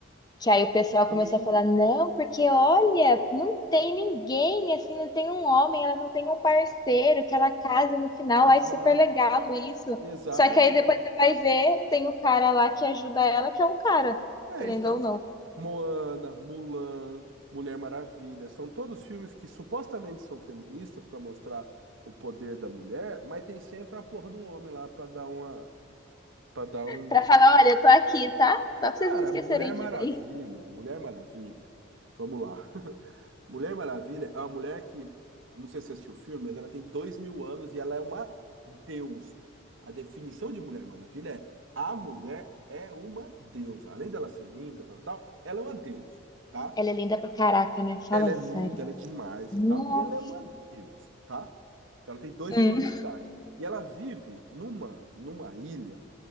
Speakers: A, on the left; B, on the right.
A: Que aí o pessoal
B: Sim,
A: começou a falar, não, porque olha, não tem ninguém, assim, não tem um homem, ela não tem um parceiro que ela case no final,
B: exa
A: ai, super legal isso.
B: exatamente.
A: Só que aí depois você vai ver, tem o cara lá que ajuda ela, que é um cara,
B: É,
A: querendo
B: então.
A: ou não.
B: Moana, Mulan, Mulher Maravilha, são todos filmes que supostamente são feministas para mostrar o poder da mulher, mas tem sempre a porra de um homem lá para dar uma Pra dar um.
A: Pra falar, olha, eu tô aqui, tá? Só pra
B: Cara,
A: vocês não esquecerem
B: Mulher Maravilha.
A: de mim.
B: Mulher Maravilha. Vamos lá. <laughs> Mulher Maravilha é uma mulher que. Não sei se você assistiu o filme, mas ela tem dois mil anos e ela é uma deusa. A definição de Mulher Maravilha é a mulher é uma deusa. Além dela ser linda, tal, tal, tal, ela é uma deusa, tá?
A: Ela é linda pra caraca, né? Fala
B: Ela é
A: sério.
B: linda, ela é demais
A: Nossa.
B: e tal. E ela é uma deusa, tá? Então ela tem dois
A: Hum.
B: mil anos de idade. E ela vive numa, numa ilha.